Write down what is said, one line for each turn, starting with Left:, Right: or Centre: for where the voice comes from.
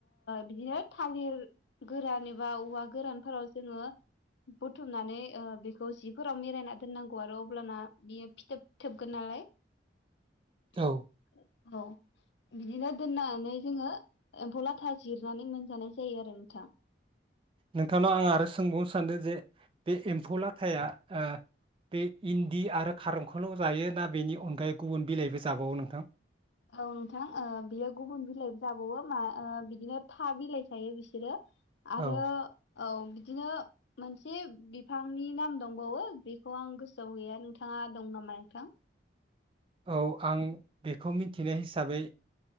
Left: बिदिनो थालिर गोरान एबा औवा गोरानफोराव जोङो बुथुमनानै ओ बेखौ जिफोराव मिरायना दोननांगौ आरो अब्लाना बियो फिथोबथोबगोन नालाय <inaudible>
Right: औ
Left: औ बिदिनो दोननानै जोङो एम्फौ लाथा जिरनानै मोनजानाय जायो आरो नोंथां
Right: नोंथांनाव आं आरो सोंबावनो सानदों जे बे एम्फौलाथायआ ओ बे इन्दि आरो खारंखोल जायो ना बेनि अनगायै गुबुन बिलाइबो जाबावो नोंथां?
Left: औ नोंथां ओ बियो गुबुन बिलाइ जाबावो मा ओ बिदिनो था बिलाइ जायो बिसोरो। आरो
Right: औ
Left: औ बिदिनो मोनसे बिफांनि नाम दंबावो बेखौ आं गोसोआव गैया नोंथाङा दं नामा नोंथां?
Right: औ आं बेखौ मिथिनाय हिसाबै